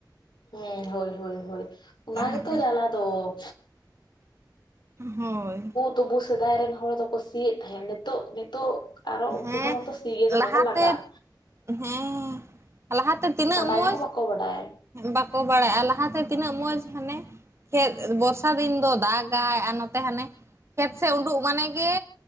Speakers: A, on the left; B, on the right.
A: ᱦᱮᱸ ᱦᱳᱭ ᱦᱳᱭ ᱚᱱᱟ
B: ᱛᱟᱦᱚᱞᱮ
A: ᱜᱮᱛᱚ ᱡᱟᱞᱟ ᱫᱚ ᱾
B: ᱦᱳᱭ᱾
A: ᱛᱵᱩ ᱥᱮᱫᱟᱭ ᱨᱮᱱ ᱦᱚᱲ ᱫᱚᱠᱚ ᱥᱤᱭᱮᱫ ᱛᱟᱦᱮᱸᱫ, ᱱᱤᱛᱚᱜ ᱱᱤᱛᱚᱜ ᱟᱨᱚ ᱩᱱᱠᱩᱛᱚᱢᱟ
B: ᱦᱮᱸ
A: ᱥᱤᱜᱮ ᱫᱚᱢᱮ
B: ᱞᱟᱦᱟᱛᱮ
A: ᱠᱚ ᱞᱟᱸᱜᱟᱜ᱾
B: ᱦᱮᱸ ᱞᱟᱦᱟ ᱛᱮ ᱛᱤᱱᱟᱹᱜ
A: ᱵᱟᱰᱟᱭ
B: ᱢᱚᱡᱽ
A: ᱦᱚᱸ ᱵᱟᱠᱚ ᱵᱟᱰᱟᱭ᱾
B: ᱵᱟᱠᱚ ᱵᱟᱲᱟᱭᱼᱟ ᱞᱟᱦᱟᱛᱮ ᱛᱤᱱᱟᱹᱜ ᱢᱚᱡᱽ ᱦᱟᱱᱮ ᱠᱷᱮᱫ ᱵᱚᱨᱥᱟ ᱫᱤᱱ ᱫᱚ ᱫᱟᱜᱟᱭ ᱟᱨ ᱱᱚᱛᱮ ᱦᱟᱱᱮ ᱠᱷᱮᱛ ᱥᱮᱜ ᱩᱰᱩᱩᱜ ᱢᱟᱱᱮ ᱜᱮ